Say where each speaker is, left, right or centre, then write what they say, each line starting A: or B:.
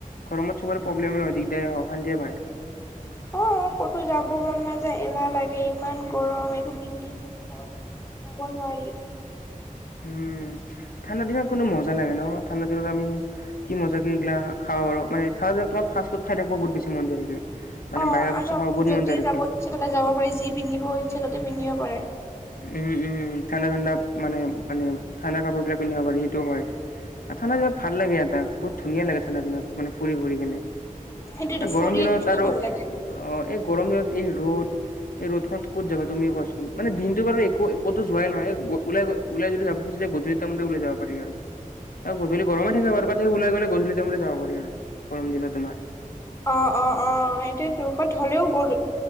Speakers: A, on the left; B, on the left.
A: গৰমৰ চবৰে প্ৰব্লেম অধিক। দে অ সান দিয়ে ভাই।
B: অ ক'তো যাব মন নাযায় এলাহ লাগে। ে ইমান গৰম একটো পিন্ধি কতো যাব যাব নোৱাৰি
A: উম ঠাণ্ডা দিনত কোনো মজা লাগে ন ঠাণ্ডা দিনত আমি কি মজা কে এইিলা খাব বাৰু মানে তোাৰ ফাষ্ট ফুড খাই থাকিব বহুত বেছ মনায় থাকে। মানে
B: অ
A: বাহিৰা
B: আৰু
A: বস্তু
B: আপুনি
A: খাব বহুত
B: যতে
A: মন যায় থাকে।
B: যাব ইচ্ছে ততে যাব পাৰে যি পিন্ধিব ইচ্ছে ততে পিন্ধিব পাৰে।
A: উম উম উম ঠাণ্ডা ঠাণ্ডা মানে মানে ঠাণ্ডা কাপোৰ বিিলাক পিন্ধিব পাৰি সেইটো হয়। আৰু ঠাণ্ডা দিলাত ভাল লাগে এটা বহুত ধুনীয়া লাগে ঠাণ্ডা দিনত মানে ফুৰি ফুৰি কেনে।
B: সেইটোৱেতো ফুৰি
A: গৰম দিনত
B: একচুৱেলি
A: আৰু
B: ভাল লাগে।
A: এই গৰম দিনত এই ৰ'দ। এই ৰ'দ খ ক'ত যাবা তুমি কোৱাচোন মানে দিনটো বাৰু একো কতো যোৱাই নহয় ওলাই। ওলাই যদি যাব খুজে গধলিৰ তাৰ মে ওাই যাব পি আৰু। আৰু গধূলি গৰমে থাকে বাৰু বা সেই ওলাই গ'লে গধূলি তাম যাব পাৰি আৰু গৰম দিনত তোমাৰ।
B: অ অ অ এতিয়া পৰত হলেও গৰু।